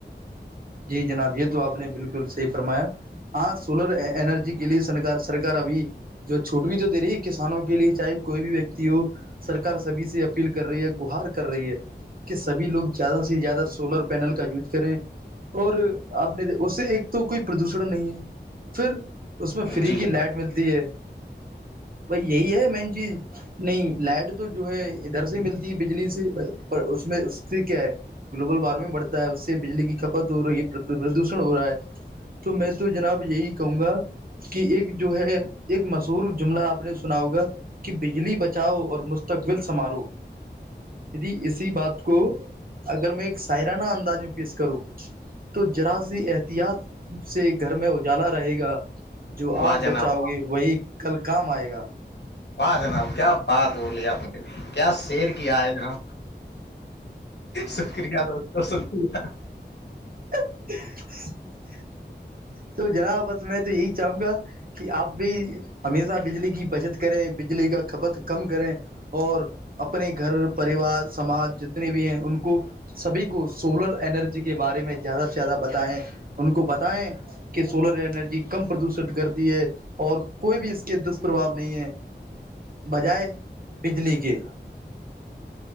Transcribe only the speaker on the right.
جی جناب یہ تو آپ نے بالکل صحیح فرمایا ہاں سولر انرجی کے لیے سنار سرار ابھی جو چھوٹ بھی تو دے رہی ہے کسانوں کے لیے چاہے کوئی بھی ویکتی سرکار سبھی سے اپیل کر رہی ہے گہار کر رہی ہے کہ سبھی لوگ زیادہ سے زیادہ سولر پینل کا یوز کریں اور آپ نے اس سے ایک تو کوئی پردوشن نہیں ہے پھر اس میں فری
کی
لائٹ ملتی ہے بائی یہی ہے مین چیز نہیں لائٹ تو جو ہے ادھر سے ملتی ہے بجلی سے اس میں اس سے کیا ہے گلوب وارمنگ بڑتا ہے سے بجلی کی کپ ہو رہی پردوشن ہو رہا ہے تو میں تو جناب یہی کہوں گا کہ ایک جو ہے ایک مشہور جملہ آپ نے سنا ہوگا کہ بجلی بچاؤ اور مستقبل سمارو دیدی اسی بات کو اگر میں ایک سائرانہ انداز میں پیش کروں تو جراازی احتیاط سے گھر میں اجالا رہے گا جو
آج
بچہ
ہوگی وہی کل کام آئے گا
<inaudible> تو جناب بس میں تو یہی چاہوں گا کہ آپ بھی ہمیشہ بجلی کی بچت کریں بجلی کا کپت کم کریں اور اپنے گھر پریوار سماج جتنے بھی ہیں ان کو سبھی کو سولر ارجی کے بارے میں زیادہ سے زیادہ بتائیں ان کو بتائیں کہ سولر اینرجی کم پردوشت کر دی ہے اور کوئی بھی اس کے دشپربھو نہیں ہے بجائے بجلی کے